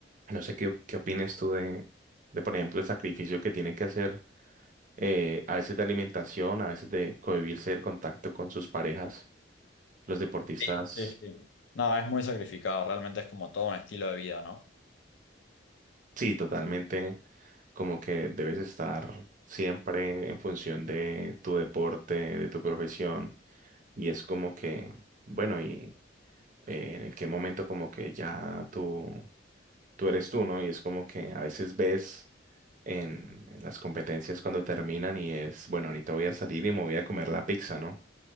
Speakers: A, on the right; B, on the left.
A: No sé qué, qué opines tú de, de, por ejemplo, el sacrificio que tiene que hacer eh, a veces de alimentación, a veces de cohibirse del contacto con sus parejas. Los deportistas,
B: Sí, sí, sí. No, es muy sacrificado, realmente es como todo un estilo de vida, ¿no?
A: sí, totalmente, como que debes estar siempre en función de tu deporte, de tu profesión. Y es como que, bueno, y eh, en qué momento como que ya tú, tú eres tú, ¿no? Y es como que a veces ves en, en las competencias cuando terminan y es, bueno, ahorita voy a salir y me voy a comer la pizza, ¿no?